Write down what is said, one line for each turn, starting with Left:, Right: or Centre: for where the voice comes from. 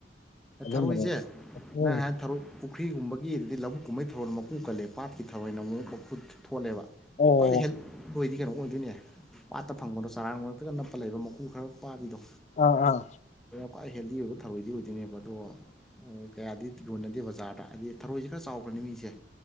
Left: ꯑꯗꯨꯝꯕꯅꯦ
Centre: ꯊꯔꯣꯏꯖꯦ
Left: ꯎꯝ
Centre: ꯅꯪ ꯍꯥꯏ ꯄꯨꯈ꯭ꯔꯤꯒꯨꯝꯕꯒꯤ ꯑꯗꯨꯗꯩꯩ ꯂꯧꯕꯨꯛ ꯀꯨꯝꯕꯩ ꯊꯔꯣꯏꯅ ꯃꯀꯨ ꯀꯜꯂꯦ ꯄꯥꯠꯀꯤ ꯊꯔꯣꯏꯅ ꯑꯃꯨꯛ ꯃꯀꯨ ꯊꯣꯠꯂꯦꯕ
Left: ꯑꯣ
Centre: ꯈꯋ꯭ꯥꯏꯗꯩ ꯍꯦꯜ ꯑꯣꯏꯗꯤ ꯀꯩꯅꯣ ꯑꯣꯏꯗꯣꯏꯅꯦ ꯄꯥꯠꯇ ꯐꯪꯕꯗꯣ ꯆꯔꯥꯡ ꯃꯔꯛꯇꯒ ꯅꯞꯄ ꯂꯩꯕ ꯃꯀꯨ ꯈꯔ ꯄꯥꯕꯤꯗꯣ
Left: ꯑꯥ ꯑꯥ
Centre: ꯈ꯭ꯋꯥꯏ ꯍꯦꯜꯗꯤ ꯑꯣꯏꯕ ꯊꯔꯣꯏꯗꯤ ꯑꯣꯏꯗꯣꯏꯅꯦꯕ ꯑꯗꯣ ꯀꯌꯥꯗꯤ ꯌꯣꯟꯅꯗꯦ ꯕꯖꯥꯔꯗ ꯍꯥꯏꯗꯤ ꯊꯔꯣꯏꯖꯦ ꯈꯔ ꯆꯥꯎꯈ꯭ꯔꯗꯤ ꯃꯤꯖꯦ